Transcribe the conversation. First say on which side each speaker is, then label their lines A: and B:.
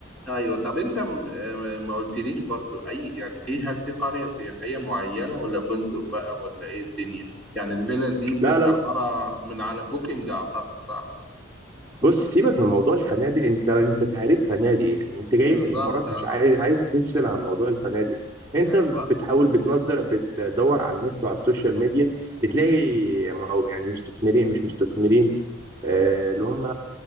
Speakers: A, in the centre; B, on the right.
A: ايوه طب انت م... آه، ما قلتليش برضو اي يعني في هل في قريه سياحيه معينه ولا فندق بقى ولا ايه الدنيا يعني الفيلل دي بتبقى
B: لا لا لا
A: عباره من على بوكينج اعتقد صح
B: بص سيبك من موضوع الفنادق انت انت تهريت فنادق يعني انت جاي
A: بالظبط
B: من الامارات
A: اه
B: مش عايز عايز تفصل عن موضوع الفنادق انت
A: ايوه
B: بتحاول بتنظر بتدور على النت وعلى السوشيال ميديا بتلاقي ما هو يعني مستثمرين مش مستثمرين آه، اللي هم